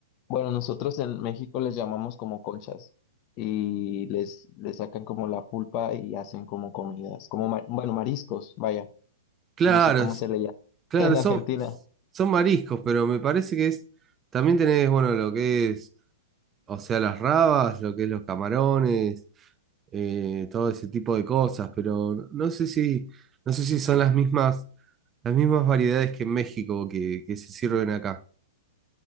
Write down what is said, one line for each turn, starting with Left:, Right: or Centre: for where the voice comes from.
Left: bueno, nosotros en México les llamamos como conchas y les, les sacan como la pulpa y hacen como comidas, como, ma- bueno, mariscos, vaya.
Right: claro,
Left: No sé cómo
Right: s-
Left: se le llama <laughs>
Right: claro,
Left: en
Right: son,
Left: Argentina.
Right: son mariscos, pero me parece que es... También tenés, bueno, lo que es O sea, las rabas, lo que es los camarones, eh, todo ese tipo de cosas, pero no sé si, no sé si son las mismas, las mismas variedades que en México que, que se sirven acá,